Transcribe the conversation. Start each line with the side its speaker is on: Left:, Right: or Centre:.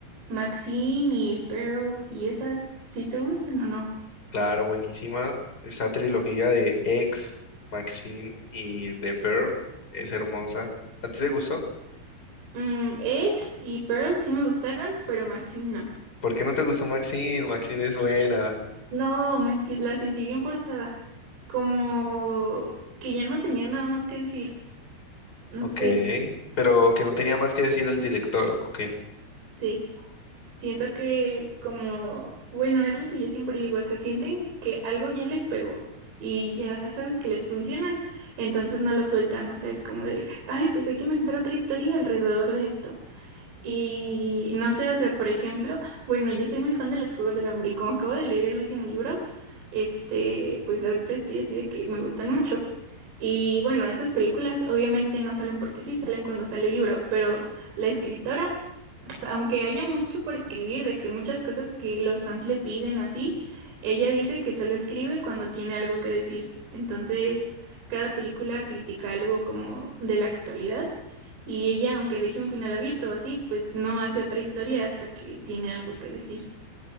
Right: Maxine y Pearl y esas, ¿sí te gustan o no?
Left: Claro, buenísima. Esa trilogía de X, Maxine y The Pearl es hermosa. ¿A ti te gustó?
Right: Mm, Ex y Pearl sí me gustaron, pero Maxine no.
Left: ¿Por qué no te gustó Maxine? Maxine es buena.
Right: No, me si- la sentí bien forzada. Como que ya no tenía nada más que decir. No
Left: Ok,
Right: sé,
Left: pero que no tenía más que decir el director, ok.
Right: sí. Siento que como, bueno, es lo que yo siempre digo, o sea, sienten que algo ya les pegó y ya saben que les funciona, entonces no lo sueltan, o sea, es como de, ay, pues hay que inventar otra historia alrededor de esto. Y no sé, o sea, por ejemplo, <laughs> bueno, yo soy muy fan de los Juegos del Hambre y como acabo de leer el último libro, este, pues ahorita estoy así de que me gustan mucho. Y bueno, esas películas obviamente no salen porque sí, salen cuando sale el libro, pero la escritora, s- aunque haya mucho por escribir, de que muchas cosas que los fans le piden o así, ella dice que solo escribe cuando tiene algo que decir. Entonces, cada película critica algo como de la actualidad. Y ella, aunque deje un final abierto así, pues no hace otra historia hasta que tiene algo que decir.